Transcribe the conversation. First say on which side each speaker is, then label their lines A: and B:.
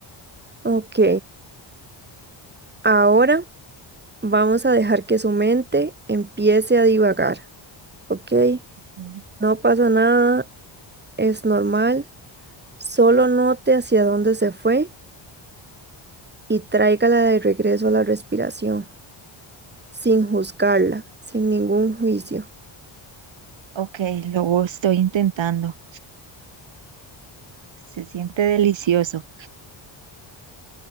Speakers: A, on the right; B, on the right.
A: Ok, ahora vamos a dejar que su mente empiece a divagar, ¿ok?
B: Mm.
A: No pasa nada, es normal, solo note hacia dónde se fue y tráigala de regreso a la respiración, sin juzgarla, sin ningún juicio.
B: Ok, lo estoy intentando. Se siente delicioso.